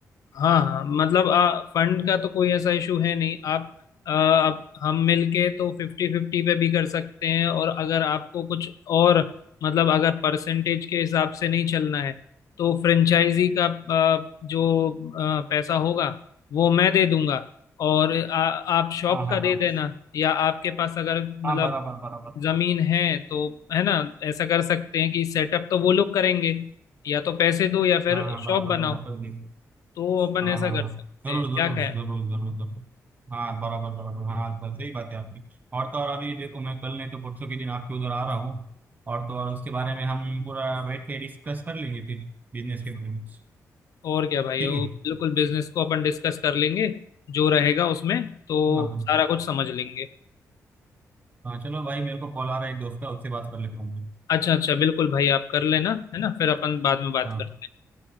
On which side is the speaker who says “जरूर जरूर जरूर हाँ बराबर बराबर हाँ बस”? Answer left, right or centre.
Right